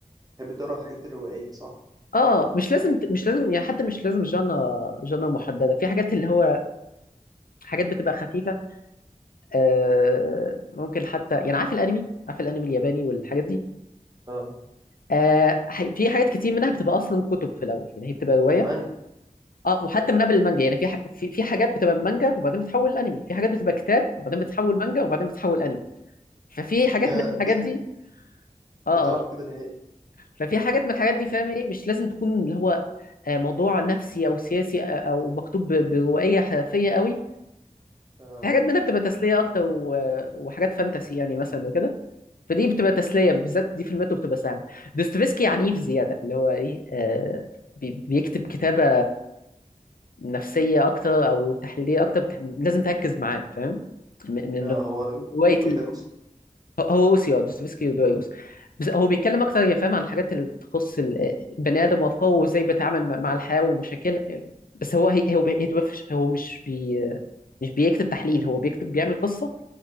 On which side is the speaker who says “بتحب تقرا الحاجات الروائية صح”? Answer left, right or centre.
Right